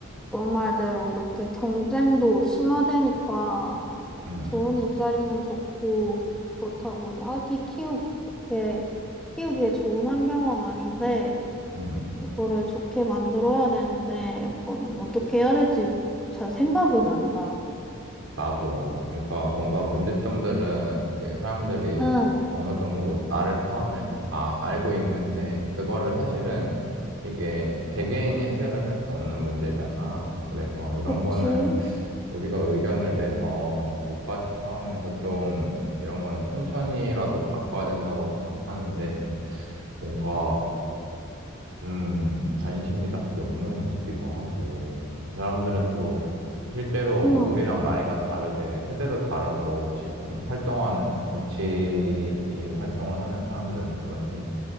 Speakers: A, in the centre; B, on the right.
A: 너 말대로 이렇게 경쟁도 심화되니까
B: 음,
A: 좋은 일자리는 적고 그렇다 보니 아기 키우기에 키우기에 좋은 환경은 아닌데
B: 음.
A: 이거를 좋게 만들어야 되는데 약간 어떻게 해야 될지 잘 생각은 안 나.
B: 나도. 그러니까 뭔가 문제점들은 이제 사람들이
A: 응,
B: 어느 정도 나를 포함해서 다 알고 있는데, 그거를 사실은 이게 개개인이 해결을 할 수 없는 문제잖아. 그래서 이런
A: 그치.
B: 거는 우리가 의견을 내서 국가 차원에서 좀 이런 건 천천히라도 바꿔야 된다고 생각하는데, 뭔가 음, 관심이 딱히 없는 것 같기도 하고, 그 사람들은 또 실제로
A: 응.
B: 우리랑 나이가 다르게, 세대도 다르고, 지금 활동하는, 정치인 활동을 하는 사람들은 그런데,